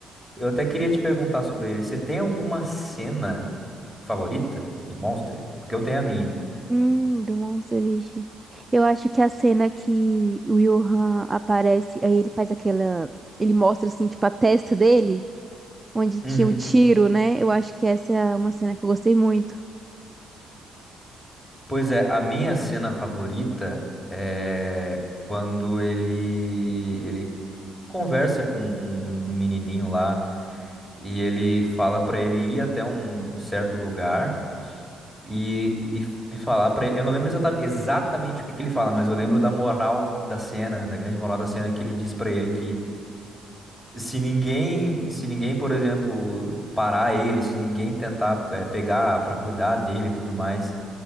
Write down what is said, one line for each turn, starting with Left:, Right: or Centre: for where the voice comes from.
Centre: Eu até queria te perguntar sobre ele, você tem alguma cena favorita do Monster? Porque eu tenho a minha.
Right: Hum, do Monster, vixe. Eu acho que a cena que o Johan aparece, aí ele faz aquela. Ele mostra, assim, tipo, a testa dele, onde tinha
Centre: Uhum.
Right: o tiro, né? Eu acho que essa é uma cena que eu gostei muito.
Centre: Pois é, a minha cena favorita é quando ele ele conversa com um, um um menininho lá e ele fala pra ele ir até um, um certo lugar e, e, e falar pra ele. Eu não lembro exata- exatamente o que que ele fala, mas eu lembro
Right: Uhum.
Centre: da moral da cena, da grande moral da cena que ele diz pra ele que se ninguém, se ninguém, por exemplo, parar ele, se ninguém tentar eh, pegar pra cuidar dele e tudo mais